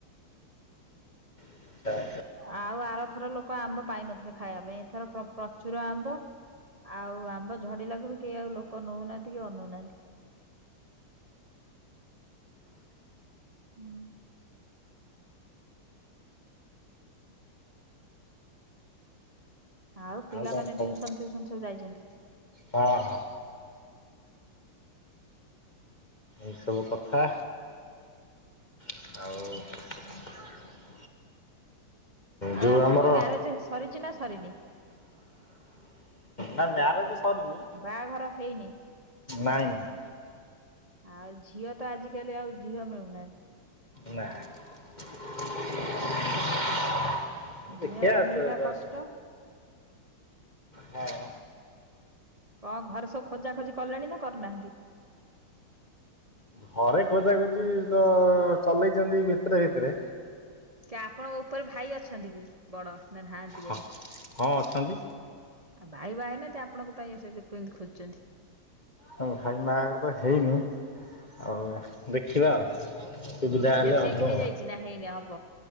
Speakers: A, on the left (about 30°); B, on the right (about 40°).
A: <inaudible>
B: ଆଉ ଆରଥର ଲୋକ ଆମ୍ବ ପାଇନଥିଲେ ଖାଇବା ପାଇଁ ଏଥର ପ୍ରଚୁର ଆମ୍ବ ଆଉ ଆମ୍ବ ଝଡିଲାକୁ ବି କେହି ଆଉ ଲୋକ ନେଉନାହାନ୍ତି କି ଅନଉନାହାନ୍ତି। ହୁଁ ଆଉ ପିଲାମାନେ
A: କଣ ଖବର
B: ଟ୍ୟୁସନ ଫ୍ୟୁସନ ସବୁ ଯାଇଛନ୍ତି।
A: ହଁ ହଁ ଏଇସବୁ କଥା ଆଉ
B: ଆଉ
A: ଯୋଉ
B: ଆପଣଙ୍କ
A: ଆମର
B: ମ୍ୟାରେଜ ସରିଛି ନା ସରିନି।
A: ନା ମ୍ୟାରେଜ ସରିନି
B: ବାହାଘର ହେଇନି
A: ନାଇଁ ନାଇଁ
B: ଆଉ ଝିଅ ତ ଆଜିକାଲି ଆଉ ଝିଅ ମିଳୁନାହାନ୍ତି।
A: ନା <unintelligible> ଦେଖିଆ
B: ଝିଅ ମିଳିବା
A: ସେ ବାସ୍
B: କଷ୍ଟ।
A: ହଁ
B: କଣ ଘରେ ସବୁ ଖୋଜା ଖୋଜି କଲେଣି ନା କରିନାହାନ୍ତି।
A: ଘରେ ଖୋଜା ଖୋଜି ତ ଚଲେଇଛନ୍ତି ଭିତରେ ଭିତରେ
B: କି ଆପଣଙ୍କ ଉପରେ ଭାଇ ଅଛନ୍ତି କି ବଡ ନା ନାହାନ୍ତି
A: ହ
B: ବୋଧେ?
A: ହଁ ଅଛନ୍ତି
B: ଆଉ ବାଇ ବାଇନି ଆପଣଙ୍କ ପାଇଁ ଏସ ବି କେମିତି ଖୋଜୁଛନ୍ତି।
A: ହ ଭାଇ ମାଘର ତ ହେଇନି ଆଉ ଦେଖିବା ଆଉ ସୁବିଧା ହେଲେ
B: ଝିଅ ଠିକ
A: ଅବବା
B: ହେଇଯାଇଛି ନା ହେଇନି ହବ